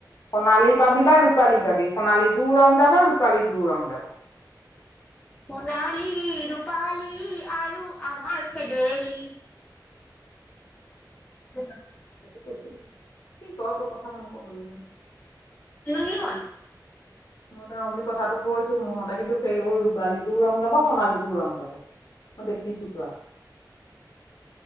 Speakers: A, on the left; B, on the left.
A: সোণালী পাবি বা ৰূপালী পাবি। সোণালীটোও ৰং যাব ৰূপালীটোও ৰং যাব।
B: সোণালী ৰূপালী আৰু আমাৰ খেদেলি। <unintelligible>
A: <unintelligible>
B: <unintelligible>
A: মই তেওঁ বুলি কথাটো কৈছো মোৰ মতে কিন্তু সেইবোৰ ৰূপালীটোও ৰং যাব, সোণালীটো ৰং যাব। মই দেখিছোতো আৰ।